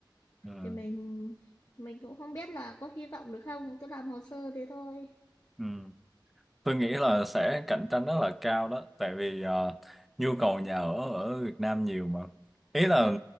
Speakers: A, in the centre; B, on the left.
A: Ừ.
B: thì mình mình cũng không biết là có hy vọng được không cứ làm hồ sơ thế thôi
A: Ừ. Tôi nghĩ là sẽ cạnh tranh rất là cao đó, tại vì ờ, nhu cầu nhà ở ở Việt Nam nhiều mà. Ý là